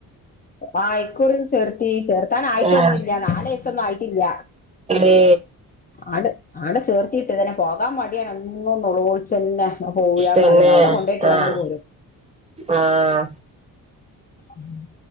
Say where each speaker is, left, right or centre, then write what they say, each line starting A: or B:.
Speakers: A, on the left; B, on the right.
A: ആ ഇക്കുറിം ചേർത്തി ചേർത്താൻ ആയിട്ടൊന്നുല്ല
B: ആഹ്
A: നാല ന്നു ആയിട്ടില്ല
B: ഏ
A: ആ ആടെ ചേർത്തിട്ട് ഇതിനെ പോകാൻ മടിയാണ്. ഒന്നളോച്ചന്നെ ഞാൻ പോവൂലനറിം
B: തന്നെ
A: അവിടെ കൊണ്ടോയിട്ട് ങ്ങാണ്ടങ്ങട്ട്
B: ആഹ്
A: പോരും.
B: ആഹ്.
A: ഉം